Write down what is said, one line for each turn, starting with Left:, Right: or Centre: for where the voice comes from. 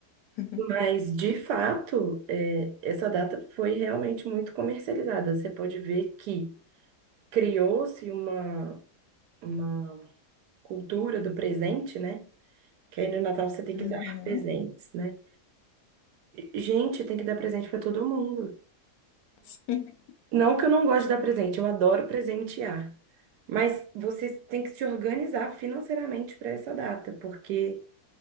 Left: <laughs>
Right: Mas, de fato, é, essa data foi realmente muito comercializada. Você pode ver que criou-se uma, uma cultura do presente, né? Que aí no Natal você tem
Left: Uhum.
Right: que dar presentes, né? Gente, tem que dar presente para todo mundo.
Left: <laughs>
Right: Não que eu não goste de dar presente, eu adoro presentear. Mas você tem que se organizar financeiramente para essa data, porque